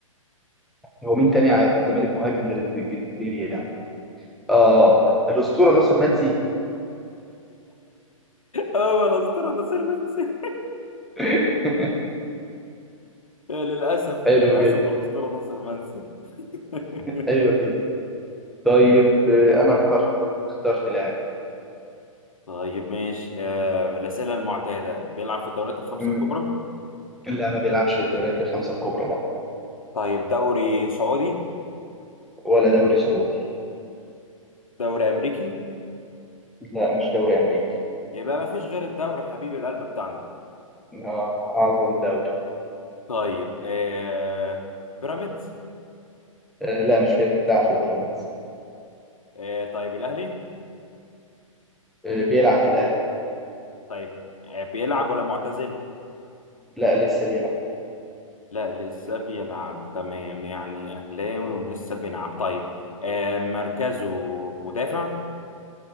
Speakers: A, in the centre; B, on the left (about 75°).
A: هو مين تاني على- في الزمالك مهاجم غير الجزيري يعني اه
B: <laughs>
A: الأسطورة ناصر منسي
B: هو الاسطوره ناصر منسي
A: <laughs>
B: للأسف
A: حلو
B: للأسف
A: جدا
B: الأسطورة ناصر منسي <laughs>
A: حلو جدا طيب آه، انا اخترت اخترت لاعب
B: طيب ماشي آه، الأسئلة المعتادة بيلعب في الدوريات الخمسة
A: مم.
B: الكبرى
A: لا ما بيلعبش بالدوريات الخمسة الكبرى لا
B: طيب دوري سعودي
A: ولا دوري سعودي
B: دوري أمريكي
A: لا مش دوري امريكي
B: يبقى ما فيش غير الدوري حبيب القلب بتاعنا
A: اه أعظم دوري
B: طيب آه بيراميدز
A: آه لا مش بيلعب في بيراميدز
B: آه طيب الأهلي
A: آه بيلعب في الأهلي
B: طيب آه بيلعب ولا معتزل؟
A: لا لسه بيلعب
B: لا لسه بيلعب تمام يعني أهلاوي ولسه بيلعب طيب آه مركزه مدافع